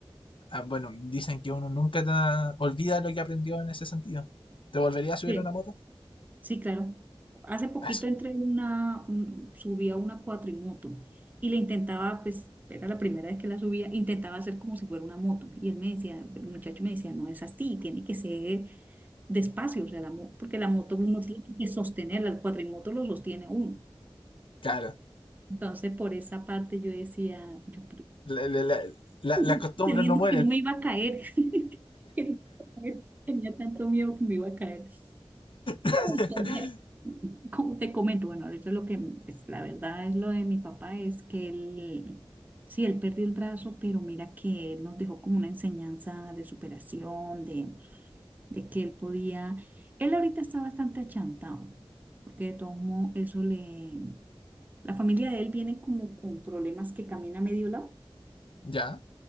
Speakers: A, on the left; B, on the right.
A: Ah, bueno, dicen que uno nunca ta- olvida lo que aprendió en ese sentido. ¿Te volverías a subir
B: Sí.
A: a una moto?
B: Sí, claro. Hace poquito
A: Eso,
B: entré en una, un- subí a una cuatrimoto y le intentaba, pues, era la primera vez que la subía, intentaba hacer como si fuera una moto. Y él me decía, el muchacho me decía, no es así, tiene que ser despacio, o sea, la, mo- porque la moto uno tiene que sostenerla, el cuatrimoto lo sostiene uno.
A: claro.
B: Entonces, por esa parte yo decía, yo,
A: La- la- la- la-
B: <laughs>
A: las costumbres
B: teniendo
A: no mueren.
B: que no me iba a caer, <laughs> que no me iba a caer, tenía tanto miedo que me iba a caer. No,
A: <laughs>
B: Entonces, como te comento, bueno, ahorita lo que, pues la verdad es lo de mi papá es que él, sí, él perdió el brazo, pero mira que él nos dejó como una enseñanza de superación, de, de que él podía, él ahorita está bastante achantado, porque de todos modos eso le, la familia de él viene como con problemas que camina a medio lado,
A: Ya,